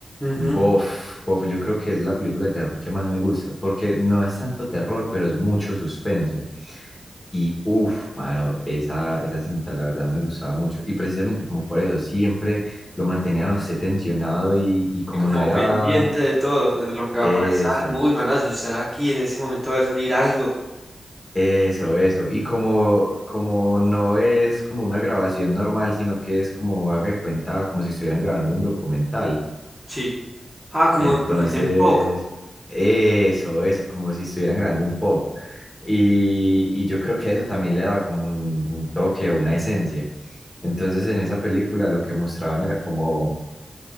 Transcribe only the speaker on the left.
Bof, bof, yo creo que es la película de terror que más me gusta, porque no es tanto terror, pero es mucho suspenso. Y uff, mano, esa, esa cinta la verdad me gustaba mucho. Y precisamente como por eso, siempre lo mantenían a usted tensionado y, y como
no era
eso,
eso, eso. Y como, como no es como una grabación normal, sino que es como haga de cuenta, como si estuvieran grabando un documental.
Entonces,
eso, eso, como si estuvieran grabando un pop. Y, y yo creo que eso también le daba como un, un toque una esencia. Entonces, en esa película lo que mostraban era como,